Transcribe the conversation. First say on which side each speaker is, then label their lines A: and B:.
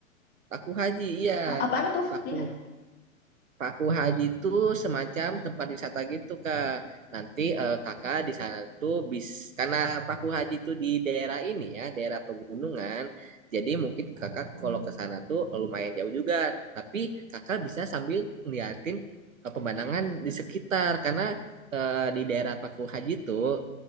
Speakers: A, on the right; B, on the left.
A: Paku Haji, iya.
B: A- Apaan tuh?
A: Paku
B: Dia
A: Paku Haji itu semacam tempat wisata gitu Kak. Nanti eh, Kakak di sana tuh bis karena Paku Haji itu di daerah ini ya, daerah pegunungan. Jadi mungkin Kakak kalau ke sana tuh lumayan jauh juga. Tapi Kakak bisa sambil ngeliatin eh, pemandangan di sekitar karena eh, di daerah Paku Haji tuh